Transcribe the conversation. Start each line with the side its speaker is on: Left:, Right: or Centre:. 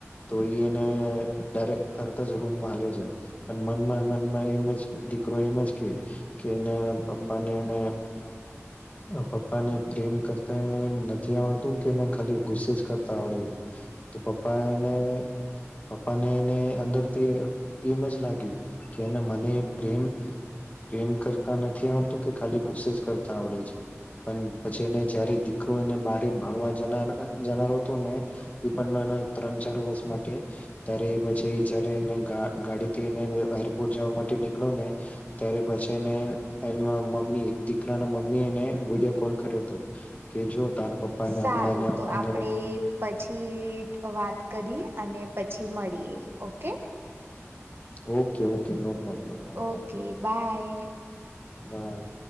Left: તો એ એને ડાયરેક્ટ તરત જ રૂમમાં હાલ્યો જાય. અને મનમાં ને મનમાં એમ જ દીકરો એમ જ કે કે એના પપ્પાને એને પપ્પાને પ્રેમ કરતાને નથ જે આવડતું તે એને ખાલી ગુસ્સે જ કરતા આવડે તો પપ્પા એને પપ્પાને એને અંદરથી એમ જ લાગ્યું કે ને મને પ્રેમ પ્રેમ કર તા નથી આવડતું કે ખાલી ગુસ્સે જ કરતા આવડે છે. પન પછી એને જયારે દીકરો એને બારે ભણવા જના જનારો તો ને એ પણ હે ને ત્રણ ચાર વર્ષ માટે ત્યારે એ પછી જયારે એને ગાડી થીને એરપોર્ટ જવા માટે નીકળ્યો ને ત્યારે પછી એને એના મમ્મી દીકરાના મમ્મી એને વિડીયો કોલ કર્યો તો કે જો તાર પપ્પા એને
Right: સારું
Left: હમણાં એને
Right: તો
Left: અંદર
Right: આપડે પછી વાત કરીએ અને પછી મળીએ okay
Left: okay okay no problem no
Right: okay
Left: problem
Right: bye
Left: by